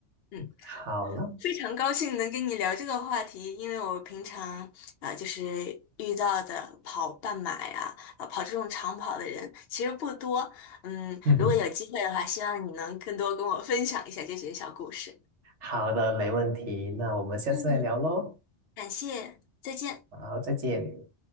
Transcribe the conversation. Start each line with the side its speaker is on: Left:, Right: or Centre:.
Left: 嗯。
Right: 好了，
Left: 非常高兴能跟你聊这个话题，因为我平常啊、呃就是遇到的跑半马呀，啊、跑这种长跑的人其实不多。嗯，
Right: <laughs>
Left: 如果有机会的话，希望你能更多跟我分享一下这些小故事。
Right: 好的，没问题，那我们下次再聊喽，
Left: 嗯，感谢，再见。
Right: 好，再见。